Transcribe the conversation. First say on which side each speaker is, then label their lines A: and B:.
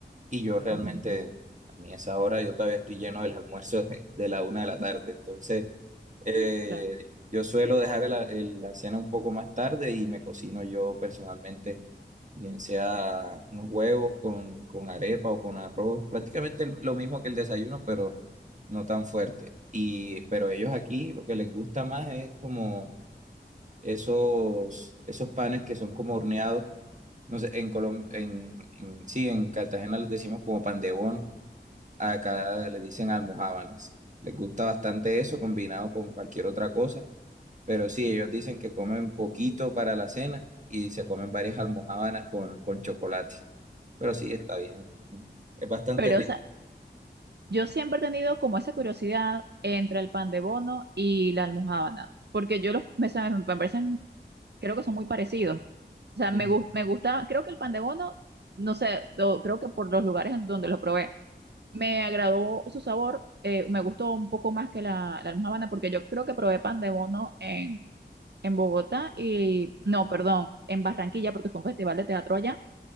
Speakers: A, on the right; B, on the right.
A: Y yo realmente,
B: Ujú,
A: a mí a esa hora yo todavía estoy lleno del almuerzo de, de la una de la tarde. Entonces, eh,
B: claro.
A: yo suelo dejar el a- el- la cena un poco más tarde y me cocino yo personalmente, bien sea unos huevos con, con arepa o con arroz, prácticamente el- lo mismo que el desayuno, pero no tan fuerte. Y, pero ellos aquí lo que les gusta más es como esos, esos panes que son como horneados. No sé, en Colombia, en, en- sí, en Cartagena les decimos como pan de bono Acá le dicen almojábanas. Les gusta bastante eso combinado con cualquier otra cosa, pero sí, ellos dicen que comen poquito para la cena y se comen varias almojábanas con, con chocolate. Pero sí, está bien. Es bastante
B: Pero,
A: rico.
B: o sea, yo siempre he tenido como esa curiosidad entre el pan de bono y la almojábana, porque yo los, me, sabe- me parecen, creo que son muy parecidos. O sea,
A: Ujú,
B: me, gus- me gusta, creo que el pan de bono, no sé, o creo que por los lugares en donde lo probé. Me agradó su sabor, eh, me gustó un poco más que la, la almojábana porque yo creo que probé pan de bono en, en Bogotá y, no, perdón, en Barranquilla porque fue un festival de teatro allá